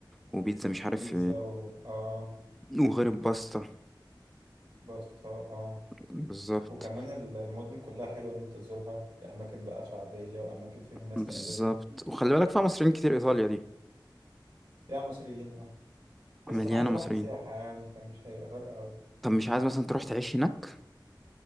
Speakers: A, in the centre; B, on the right.
A: وبيتزا مش عارف
B: بيتزا و... اه
A: وغير الباستا
B: باستا اه
A: بالظبط
B: وكمان ال- المدن كلها حلوه ان انت تزورها كاماكن بقى شعبيه واماكن فيها الناس
A: بالظبط
B: تقابلها
A: وخلي بالك فيها مصريين كتير ايطاليا دي
B: فيها مصريين اه بس
A: مليانه
B: انا عايز اروحها
A: مصريين
B: سياحه يعني فمش هيبقى فارقه أوي.
A: طب مش عايز مثلا تروح تعيش هناك